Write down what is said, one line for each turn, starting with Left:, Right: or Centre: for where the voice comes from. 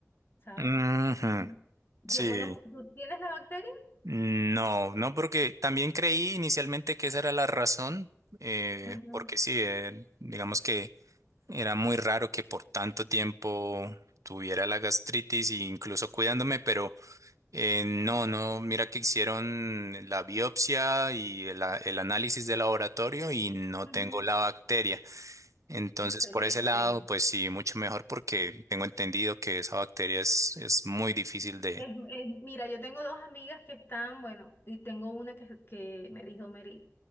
Left: ¿sabes?
Right: Ujú,
Left: Ujú. Yo
Right: Sí,
Left: conozco, ¿tú tienes la bacteria?
Right: no, no, porque también creí inicialmente que esa era la razón, eh,
Left: Ujú,
Right: porque sí, eh, digamos que... Era muy raro que por tanto tiempo tuviera la gastritis e incluso cuidándome, pero eh, no, no, mira que hicieron la biopsia y el, a- el análisis de laboratorio y no
Left: ujú.
Right: tengo la bacteria. Entonces,
Left: Excelente.
Right: por ese lado, pues sí, mucho mejor porque tengo entendido que esa bacteria es, es muy difícil de...
Left: Es- es- mira, yo tengo dos amigas que están, bueno, y tengo una que, que me dijo, Mary,